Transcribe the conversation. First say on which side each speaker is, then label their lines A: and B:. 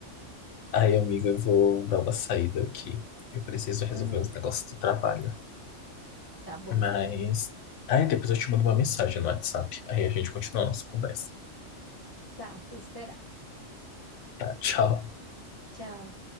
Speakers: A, on the left; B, on the left.
A: Ai, amiga, eu vou dar uma saída aqui. Eu preciso resolver
B: Aham,
A: uns negócios do trabalho.
B: tá bom.
A: Mas. Ai, depois eu te mando uma mensagem no WhatsApp. Aí a gente continua a nossa conversa.
B: Tá, vou esperar.
A: Tá, tchau.
B: Tchau.